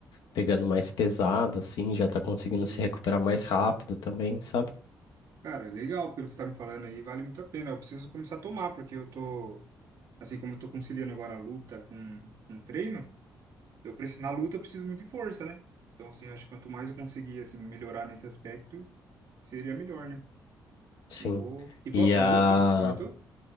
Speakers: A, on the left (about 80°); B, on the right (about 60°).
A: pegando mais pesado, assim, já tá conseguindo
B: E,
A: se recuperar mais rápido também, sabe?
B: cara, é legal pelo que você tá me falando aí, vale muito a pena. Eu preciso começar a tomar, porque eu tô, assim como eu tô conciliando agora a luta com um treino, eu preciso, na luta eu preciso muito de força, né? Então, assim, acho que quanto mais eu conseguir, assim, melhorar nesse aspecto, seria melhor, né?
A: Sim.
B: Eu vou. E qual
A: E
B: que
A: a
B: é o outro que você comentou?